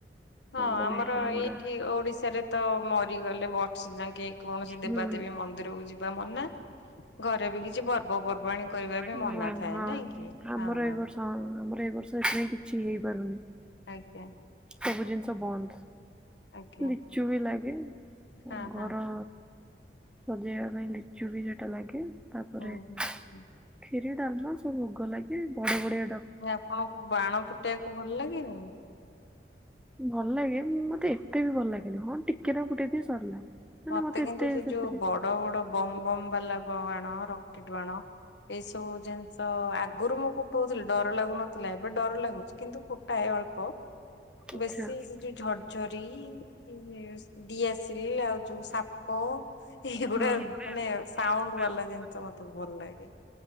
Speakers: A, on the left; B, in the centre.
A: ହଁ
B: ମାନେ
A: ଆମର ଏଇଠି ଓଡିଶାରେ ତ ମରିଗଲେ ବର୍ଷା ଯାକେ କୌଣସି- ଦେବାଦେବୀ
B: ହୁଁ।
A: ମନ୍ଦିରକୁ ଯିବା ମନା। ଘରେ ବି କିଛି ପର୍ବ ପର୍ବାଣୀ କରିବା ବି
B: ହଁ
A: ମନା ଥାଏ
B: ହଁ
A: ନାଇଁ କି
B: ଆମର
A: ହଁ।
B: ଏ ବର୍ଷ ହଁ <unintelligible>
A: ଆଜ୍ଞା।
B: ସବୁ ଜିନିଷ ବନ୍ଦ
A: ଆଜ୍ଞା
B: ଲିଚୁ ବି ଲାଗେ
A: ହଁ
B: ଘର-
A: ହଁ
B: ସଜେଇବା ପାଇଁ ଲିଚୁ ବି ସେଟା ଲାଗେ। ତାପରେ
A: ହଁ ହୁଁ
B: କ୍ଷୀରି
A: ହୁଁ
B: ଡାଲମା- ଭୋଗ ଲାଗେ। ବଡ ବଡଆ-
A: ଆପଣଙ୍କୁ ବାଣ ଫୁଟେଇବାକୁ ଭଲ ଲାଗେନି?
B: ଭଲ ଲାଗେ ମୋତେ ଏତେ ବି ଭଲ ଲାଗେନି ହଁ ଟିକେ ନା ଗୋଟେ ଦି ସରିଲା। ମାନେ
A: ମୋତେ
B: ମତେ
A: କିନ୍ତୁ
B: ଏତେ
A: ସେ
B: ସେଥିରେ
A: ଯୋଉ ବଡ ବଡ ବମ୍ ବମ୍ ବାଲା ବାଣ ରକେଟ ବାଣ- ଏଇ ସବୁ ଜିନିଷ ଆଗରୁ ମୁଁ ଫୁଟୋଉଥିଲି ଡର ଲାଗୁନଥିଲା ଏବେ ଡର ଲାଗୁଚି କିନ୍ତୁ ଫୁଟାଏ ଅଳ୍ପ
B: ଇଚ୍ଛା
A: ବେଶୀ ସେ ଯୋଉ ଝରର୍ଝରି <unintelligible> ଦିଆସିଲି ଆଉ ସାପ ଏଗୁଡା
B: ହଁ। ଆଚ୍ଛା
A: ମାନେ ସାଉଣ୍ଡ ବାଲା ଜିନିଷ ମତେ ଭଲ ଲା ଗେ